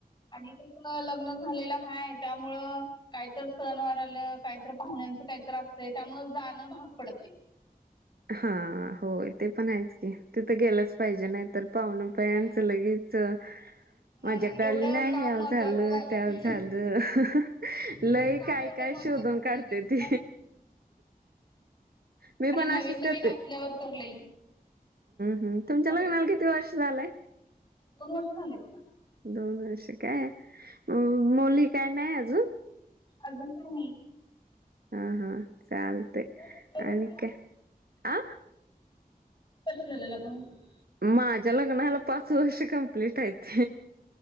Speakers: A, on the left; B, on the right.
A: आणि कस लग्न झालेलं हाय त्यामुळं कायतर सण वार आलं काहीतर पाहुण्यांचं काहीतर असतय त्यामुळ जाणं भाग पडतय
B: हा होय ते पण आहेच की तिथं गेलंच पाहिजे
A: हा
B: नाही तर पाहुण पयांचं
A: होय
B: लगेच च -
A: ह
B: माझ्याक आली
A: एवढं
B: नाही
A: काम
B: ह्यों
A: महत्त्वाचं
B: झालं
A: झालंय
B: त्यों
A: काय
B: झालं लई
A: नाही काम
B: काय
A: एवढं
B: काय
A: महत्त्वाचं
B: शोधून -
A: झालंय
B: काढत्याती
A: काय म्हणतात
B: मी
A: आणि
B: पण
A: नवीन
B: असच
A: नवीन
B: <unintelligible> हम्
A: असल्यावर तर लई
B: हम् तुमच्याला
A: सगळीकडे
B: लग्नाला किती वर्ष झालंय
A: दोन वर्ष झालय बघा
B: दोन वर्ष काय मोली काय नाही अजून
A: अजून काय नई
B: हा हा चालतय
A: तुमचं किती वर्ष
B: आणि
A: झालं
B: काय आ
A: <unintelligible>
B: माझ्या लग्नाला पाच वर्ष कंप्लीट हायत